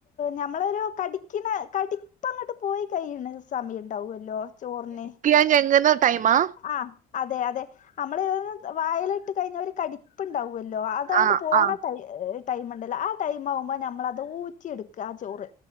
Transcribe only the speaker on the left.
ഞമ്മളൊരു കടിക്ക്ണ കടിപ്പങ്ങോട്ട് പോയി കഴിയ്ണ സമയം ഉണ്ടാവല്ലോ ചോറിന്
ആഹ് അതെ അതെ നമ്മള് ഇത് വായലിട്ട് കഴിഞ്ഞ ഒരു കടി പ്പുണ്ടാവല്ലോ അതാണ്ട്
പോണ
ടൈ- ടൈം ഉണ്ടല്ലോ ആ ടൈം ആവുമ്പോ നമ്മളത് ഊറ്റിയെടുക്ക ആ ചോറ്